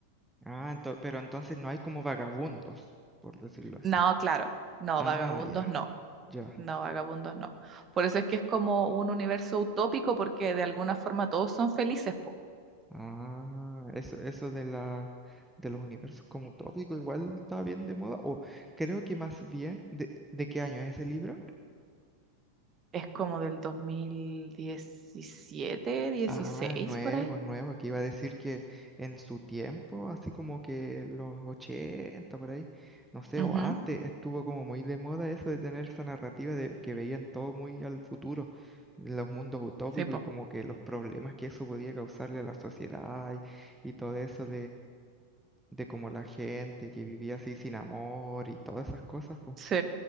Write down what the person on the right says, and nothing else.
No, claro, no,
vagabundos
no,
no, vagabundos no. Por eso es que es como un universo utópico porque de alguna forma todos son felices, po.
Es como del 2017 16
por ahí.
Ujú,
Sí, po.
Sí,